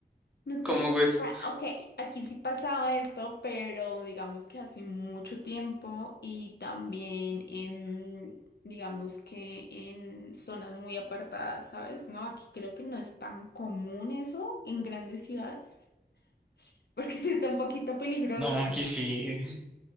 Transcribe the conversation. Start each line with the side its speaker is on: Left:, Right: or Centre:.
Left: no tenía
Centre: Como
Left: ni
Centre: pues,
Left: idea. Ok, aquí sí pasaba esto, pero digamos que hace mucho tiempo y también en, digamos que en zonas muy apartadas, ¿sabes? No, aquí creo que no es tan común eso en grandes ciudades, porque sí está un poquito peligroso.
Centre: no, aquí sí,